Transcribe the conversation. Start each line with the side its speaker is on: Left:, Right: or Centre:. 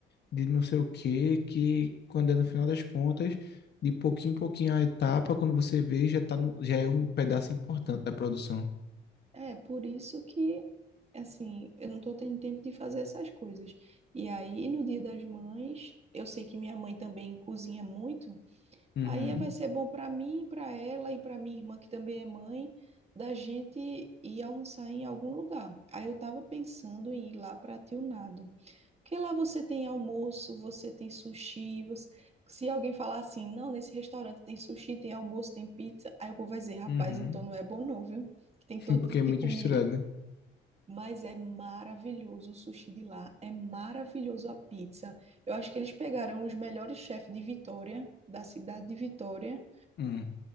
Left: de não sei o quê, que quando é no final das contas, de pouquinho em pouquinho a etapa, quando você vê, já tá no, já é um pedaço importante da produção,
Right: É, por isso que, assim, eu não tô tendo tempo de fazer essas coisas. E aí, no Dia das Mães, eu sei que minha mãe também cozinha muito.
Left: Uhum,
Right: Aí é- vai ser bom para mim, para ela e para minha irmã, que também é mãe, da gente ir almoçar em algum lugar. Aí eu tava pensando em ir lá para Tilnado. Porque lá você tem almoço, você tem sushi, você... Se alguém falar assim, não, nesse restaurante tem sushi, tem almoço, tem pizza, aí o povo vai dizer, rapaz,
Left: uhum,
Right: então não é bom não, viu? que tem
Left: <laughs>
Right: todo
Left: porque
Right: tipo
Left: é muito
Right: de comida.
Left: misturado, né?
Right: Mas é maravilhoso o sushi de lá, é maravilhoso a pizza. Eu acho que eles pegaram os melhores chefes de Vitória, da cidade de Vitória,
Left: hum,